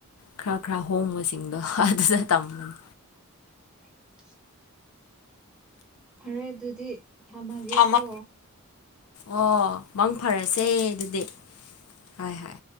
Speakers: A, on the left (about 80°); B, in the centre.
A: ꯈꯔ ꯈꯔ ꯍꯣꯡꯕꯁꯤꯡꯗꯣ ꯑꯗꯨꯗ ꯇꯝꯕꯅꯤ꯫
B: <inaudible> ꯐꯔꯦ ꯑꯗꯨꯗꯤ꯫ ꯊꯝꯃꯒꯦ
A: ꯊꯝꯃꯣ
B: ꯀꯣ
A: ꯑꯣ ꯃꯪ ꯐꯔꯁꯦ ꯑꯗꯨꯗꯤ ꯍꯣꯏ ꯍꯣꯏ